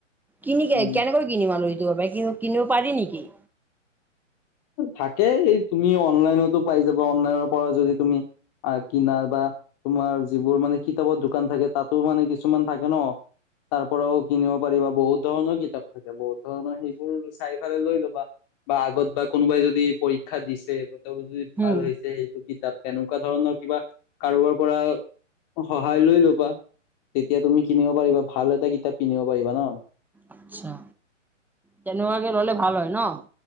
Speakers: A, in the centre; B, on the left.
A: কিনি কেনেকৈ
B: উম
A: কিনিম আৰু বাই কিনিব কিনিব পাৰি নেকি?
B: থাকেই এই তুমি অনলাইনতো পাই যাবা, অনলাইনৰ পৰা যদি তুমি আ কিনাৰ বা তোমাৰ যিবোৰ মানে কিতাপৰ দোকান থাকে, তাতো মানে কিছুমান থাকে ন। তাৰপৰাও কিনিব পাৰিবা, বহুত ধৰণৰ কিতাপ থাকে, বহুত ধৰণৰ সেইবোৰ চাই ফালে লৈ ল'বা, বা আগত বা কোনোবাই যদি পৰীক্ষা দিছে, বা তেওঁৰো যদি ভাল
A: উম
B: হৈছে সেইটো কিতাপ এনেকুৱা ধৰণৰ কিবা, কাৰোবাৰ পৰা সহায় লৈ ল'বা, তেতিয়া তুমি কিনিব পাৰিবা, ভাল এটা কিতাপ কিনিব পাৰিবা ন।
A: আচ্ছা তেনেকোৱাকে ল'লে ভাল হয় ন?